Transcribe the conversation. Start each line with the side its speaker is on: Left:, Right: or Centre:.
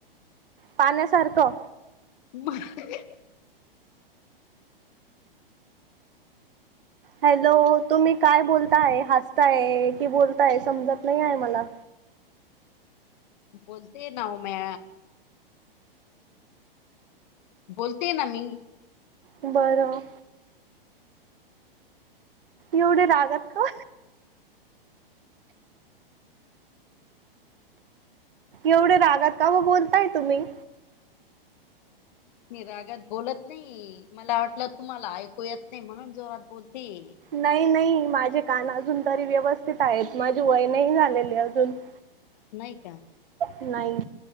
Right: पाण्यासारखं?
Left: म <inaudible>
Right: हॅलो, तुम्ही काय बोलताय? हसताय की बोलताय समजत नाही आहे मला.
Left: बोलते ये नाव मॅ बोलते ना मी.
Right: बरं. एवडे रागात का? एवडे रागात का ब-बोलताय तुम्ही?
Left: मी रागत बोलत नही, मला वाटलं तुम्हाला ऐकू येत नही, म्हणून जोरात बोलते.
Right: नही नही माझे कान अजून तरी व्यवस्थित आहेत, माझे वय नही झालेले अजून. <inaudible>
Left: नाही का?
Right: नाही.